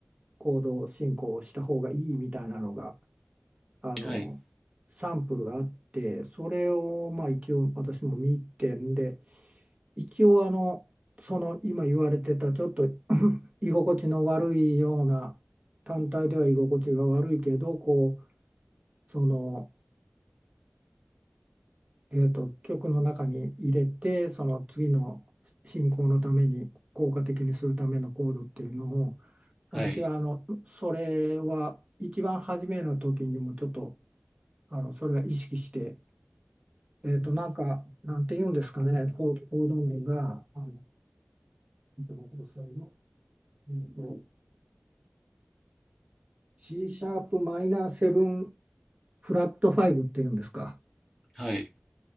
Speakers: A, on the right; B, in the centre.
A: 行動進行をした方がいいみたいなのがあの
B: はい
A: サンプルがあってそれをまあ一応私も見てんで一応あのその今言われてたちょっと居心地の悪いような単体では居心地が悪いけどこうそのえーと、曲の中に入れてその次の進行のために効果的にするためのコードっていうのを私はあのそれは一番初めの時にもちょっと
B: はい
A: あのそれは意識して、えーと、なんかなんて言うんですかねコーコード名があのちょっと待ってくださいよえーと C シャープマイナーセブンフラットファイブっていうんですか
B: はい。